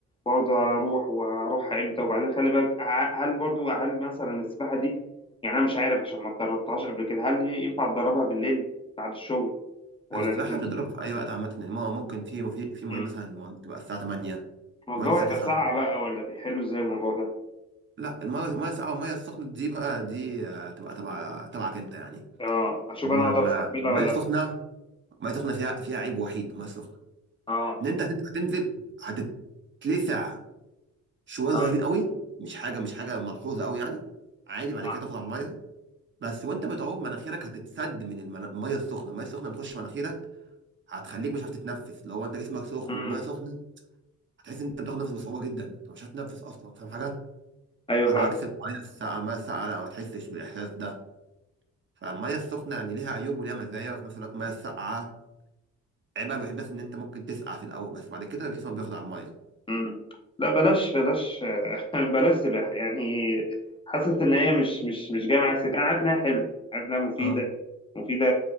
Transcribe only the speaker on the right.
السباحة
بتضرب في أي وقت عامة يعني ما هو ممكن في في في مواعيد
مثلا مواعيد تبقى الساعة 8
مواعيد الساعة
9
لا المية المية الساقعة والمية السخنة دي بقى دي آه، تبقى تبع تبعك أنت يعني
ما
المية
السخنة
المية السخنة فيها فيها عيب وحيد المية السخنة
إن أنت هتنزل هتنزل هتتلسع شوية
صغيرين قوي مش حاجة مش حاجة ملحوظة قوي يعني عادي بعد
كده تطلع المية بس وأنت بتعوم مناخيرك هتتسد من المنا- المية السخنة المية السخنة بتخش مناخيرك هتخليك مش عارف تتنفس لو انت جسمك سخن
والميه سخنه هتحس ان انت بتاخد نفس بصعوبه جدا انت مش هتنفس اصلا فاهم حاجه
على
عكس الميه الساقعه الميه الساقعه لا ما بتحسش بالاحساس ده فالميه السخنه يعني ليها عيوب وليها مزايا وفي نفس الوقت الميه الساقعه عيبها الوحيد بس ان انت ممكن تسقع في الاول بس بعد كده جسمك بياخد على الميه
اه